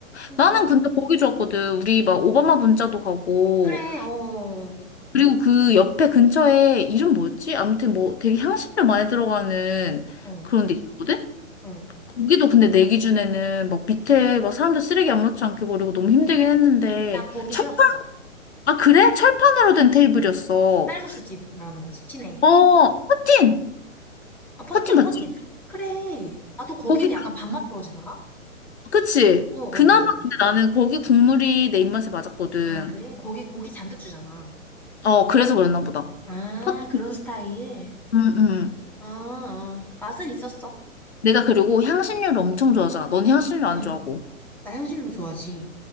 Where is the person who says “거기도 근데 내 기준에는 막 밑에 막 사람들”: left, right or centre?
Left